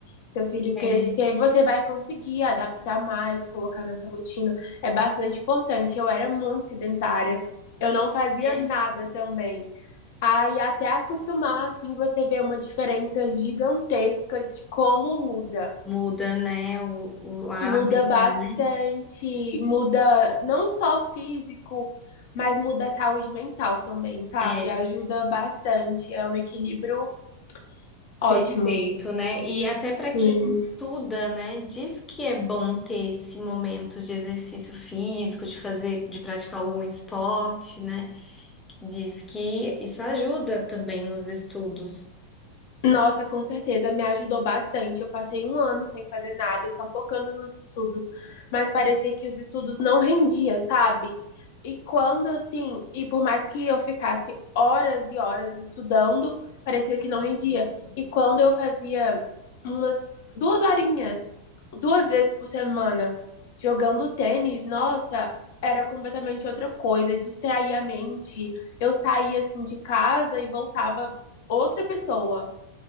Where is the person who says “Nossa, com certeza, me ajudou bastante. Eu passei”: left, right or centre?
Left